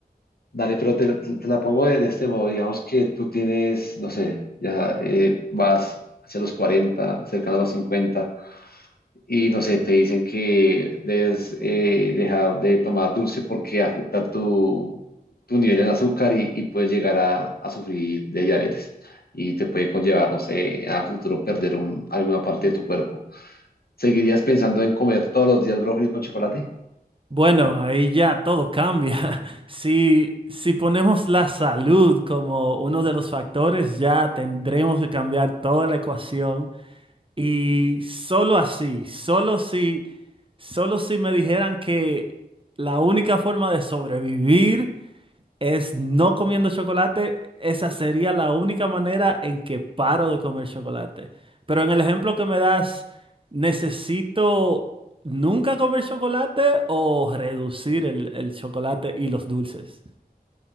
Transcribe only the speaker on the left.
Dale, pero te, te- te la pongo de, de este modo. Digamos que tú tienes, no sé, ya eh, vas hacia los cuarenta cercano a los cincuenta y no sé, te dicen que debes eh, dejar de tomar dulce porque afecta tu, tu nivel en azúcar y, y puedes llegar a, a sufrir de diabetes. Y te puede conllevar, no sé, a futuro perder un- alguna parte de tu cuerpo. ¿Seguirías pensando en comer todos los días brócoli con chocolate?